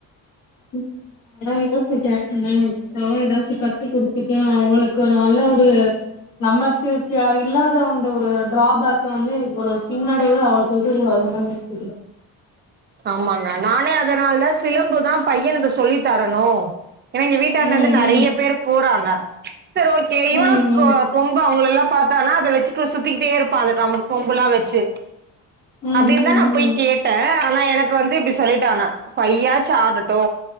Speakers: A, on the left; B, on the right.
A: ம் அதுதா யோசி <unintelligible> அதா ஏதாச்சு கத்து குடுத்துட்டு அவளுக்கு நல்ல ஒரு நமக்கு கு இல்லா அந்த ஒரு டிராபேக்க வந்து ஒரு முன்னாடிலா அவளுக்கு இருக்க கூடாதுனு தா விட்டுட
B: ஆமாங்க நானே அதனால தா சிலம்புதா பையனுக்கு சொல்லி தரணு ஏனா எங்க வீட்டாண்டந்து
A: ம்
B: நறைய பேர் போறாங்க செர் ஓகே
A: ம் ம்
B: இவனு கொ கொம்பா அவங்களலா பாத்தானா அதை வெச்சுட்டு சுத்திகிட்டே இருப்பா அந்த கம் கொம்பெலா வெச்சு
A: ம் ம்
B: அப்டின்தா
A: ம்
B: நா போய்
A: ம்
B: கேட்ட ஆனா எனக்கு வந்து இப்டி சொல்லிட்டாங்க ஃபைவ் ஆச்சு ஆகட்டு